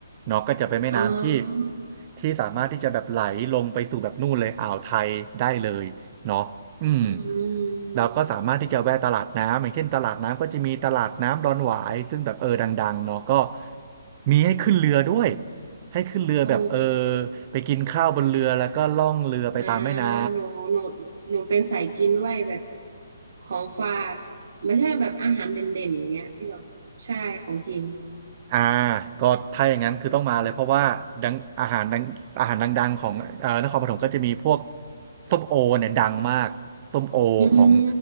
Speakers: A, on the right; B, on the right.
A: เนาะก็จะเป็นแม่น้ำที่
B: อ๋อ
A: ที่สามารถที่จะแบบไหลลงไปสู่แบบนู่นเลยอ่าวไทยได้เลยเนาะอืม
B: อืม
A: เราก็สามารถที่จะแวะตลาดน้ำอย่างเช่นตลาดน้ำก็จะมีตลาดน้ำดอนหวายซึ่งแบบเออดังๆเนาะก็มีให้ขึ้นเรือด้วยให้ขึ้นเรือแบบเออ
B: โอ้
A: ไปกินข้าวบนเรือแล้วก็ล่องเรือไปตามแม่น้
B: อ่าหนูหนูหนูเป็นสายกินด้วยแบบของฝากไม่ใช่แบบอาหารเด่นๆอย่างเงี้ยพี่บอลใช่ของกิน
A: ำอ่าก็ถ้าอย่างนั้นคือต้องมาเลยเพราะว่าดังอาหารดังอาหารดังๆของเอ่อนครปฐมก็จะมีพวกส้มโอเนี่ยดังมากส้มโอของ
B: อืม